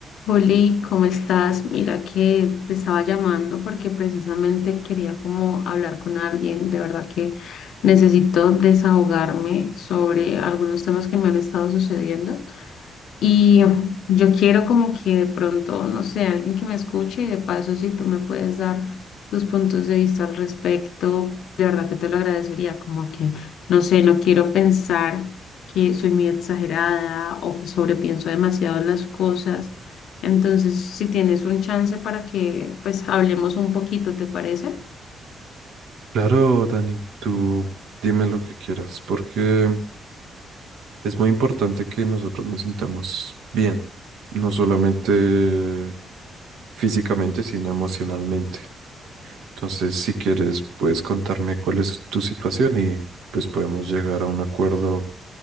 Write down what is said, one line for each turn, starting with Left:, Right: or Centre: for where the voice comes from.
Left: Juli, ¿cómo estás? Mira que te estaba llamando porque precisamente quería como hablar con alguien. De verdad que necesito desahogarme sobre algunos temas que me han estado sucediendo. Y yo quiero como que de pronto, no sé, alguien que me escuche y de paso si tú me puedes dar tus puntos de vista al respecto, de verdad que te lo agradecería, como que, no sé, no quiero pensar que soy muy exagerada o que sobrepienso demasiado las cosas. Entonces, si tienes un chance para que pues hablemos un poquito, ¿te parece?
Right: Claro, Dani, tú dime lo que quieras, porque es muy importante que nosotros nos sintamos bien, no solamente físicamente, sino emocionalmente. Entonces, si quieres, puedes contarme cuál es tu situación y pues podemos llegar a un acuerdo